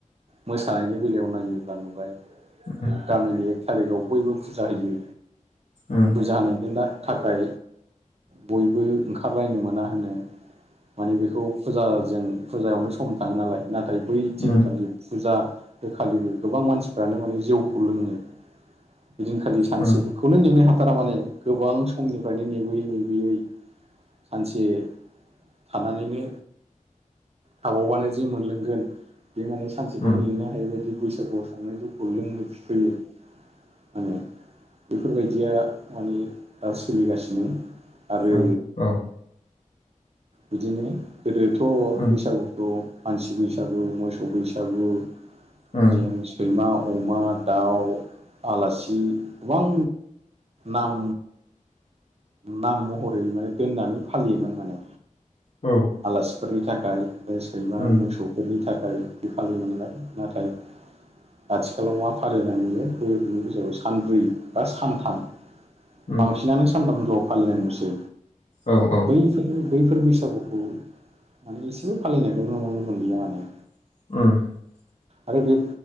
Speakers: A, on the right; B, on the left.
A: मोसानायनि बेलायाव नायोब्ला नुबाय
B: उम
A: गामिनि एक थारिखआव बयबो फुजा होयो
B: उम
A: फुजा होनाय बिनि थाखाय बयबो ओंखारलायनो मोना होनो माने बेखौ फुजाजों फुजायावनो सम थाङो नालाय नाथाय बै दिनखालि
B: उम उम
A: फुजा होखालिबो गोबां मानसिफ्रानो माने जौखौ लोङो बिदिनखालि सानसेफोरखौनो
B: उम
A: नेनो हाथारा माने गोबां समनिफ्रायनो नेबोयै नेबोयै सानसे थानानैनो थाबावबानो जि मोनलोंगोन बे माने सानसेखौ
B: उम
A: नेनो हायै बायदि बैसागु संनाय जौखौ लोंनो फैयो मा होनो बेफोरबायदिया माने दा सोलिगासिनो आरो
B: औ औ
A: बिदिनो गोदोथ'
B: उम औ उम
A: बैसागुखौ मानसि बैसागु मोसौ बैसागु
B: उम
A: जों
B: उम
A: सैमा अमा दाउ आलासि गोबां नाम नाम महरै माने दोननानै फालियोमोन माने
B: औ
A: आलासिफोरनि थाखाय बे सैमा
B: उम
A: मोसौफोरनि थाखाय फालियोमोनलाय नाथाय आथिखालाव मा फालिनाय नुयो बोरनि गेजेराव सानब्रै बा सानथाम
B: उम
A: बांसिनानो सानथामल' फालिनाय नुसै
B: औ उम औ
A: बैफोरनो
B: उम
A: बैफोर बैसागुखौ माने एसेबो फालिनायखौ नुनो मोनलिया माने
B: <inaudible>
A: आरो बे